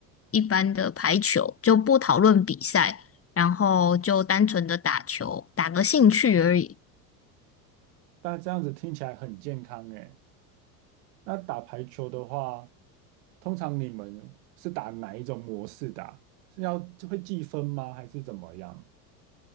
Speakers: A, on the left; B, on the right.
A: 一般的排球，就不讨论比赛，然后就单纯的打球，打个兴趣而已。
B: 但这样子听起来很健康，哎。那打排球的话，通常你们是打哪一种模式的啊是要会计分吗？还是怎么样？